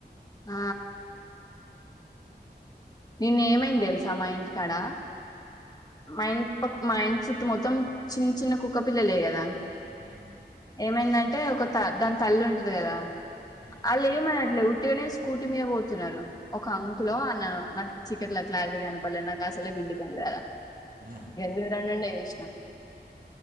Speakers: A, on the left (about 20°); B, on the right (about 55°).
A: ఆ నిన్న ఏమైంది తెలుసా మా ఇంటికాడ మ ఇంటి పక్ మా ఇంటి చుట్టూ మొత్తం చిన్న చిన్న కుక్క పిల్లలే కదా
B: ఊ
A: ఏమైందంటే ఒక దాని తల్లి ఉంటది కదా
B: మ్మ్
A: అల్ ఏమన్నట్లే ఉ అంటేనే స్కూటీ మీద పోతున్రు ఒక అంకులో అన్ నాకు చీకట్లో క్లారిటీ కనపలే నాకు అసలే గుడ్డి కళ్లు కదా.
B: మ్మ్
A: దూరం నుండే చూసిన